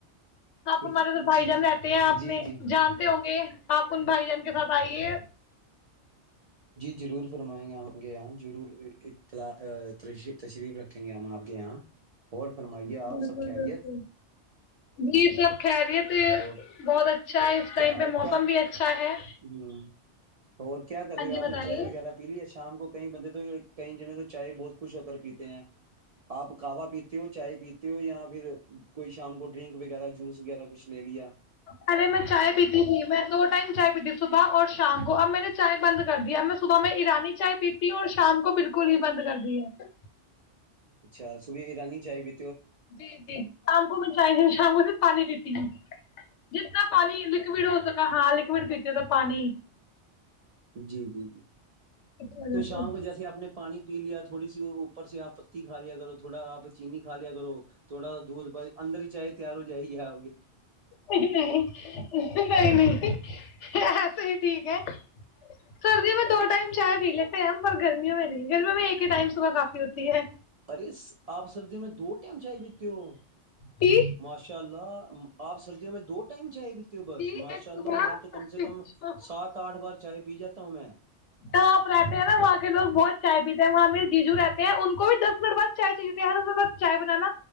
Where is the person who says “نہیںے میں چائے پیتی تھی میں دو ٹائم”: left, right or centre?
Left